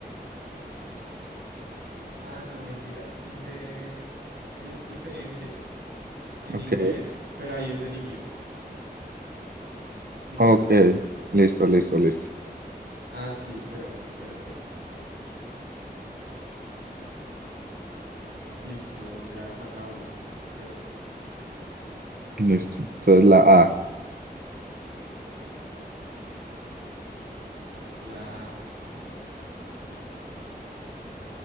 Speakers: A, on the right; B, on the right.
A: Ah, no, mentira. Sí se, sí es diferente en
B: Ok,
A: inglés, pero ahí está en inglés. ¿Listo?
B: ok. Listo, listo, listo.
A: Ah, sí, espérate, espérate. Listo, ya faltaba una. Perdón. A
B: Listo.
A: ver,
B: Entonces la A.
A: la A,